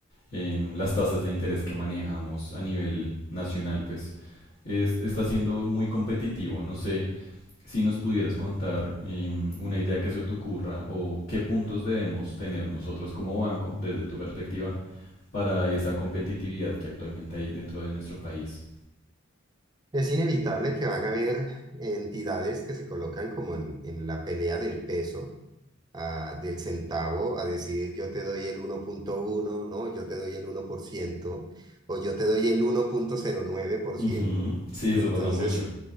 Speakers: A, on the left; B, on the right.
A: em, las tasas de interés que manejamos a nivel nacional, pues es- está siendo muy competitivo. No sé si nos pudieras contar em, una idea que se te ocurra o qué puntos debemos tener nosotros como banco, desde tu perspectiva, para esa competitividad que actualmente hay dentro de nuestro país.
B: Es inevitable que van a haber entidades que se colocan como en, en la pelea del peso, ah, del centavo, a decir yo te doy el uno punto uno, no, yo te doy el uno por ciento o yo te doy el uno punto cero nueve por
A: Ujú,
B: ciento.
A: Sí, eso
B: Entonces,
A: pasa mucho.